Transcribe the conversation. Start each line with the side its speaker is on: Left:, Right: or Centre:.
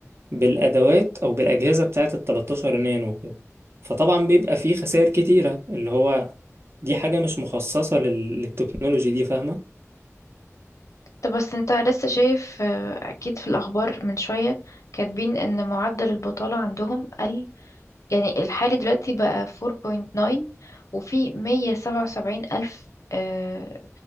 Right: بالادوات او بالاجهزه بتاعه ال 13 نانو كده فطبعا بيبقى فيه خسائر كتيره اللي هو دي حاجه مش مخصصه لل- للتكنولوجي دي فاهمه
Left: طب بس انت لسه شايف آه، أكيد في الأخبار من شوية كاتبين إن معدل البطالة عندهم قل يعني الحالي دلوقتي بقى 4.9 وفي 177 ألف آه،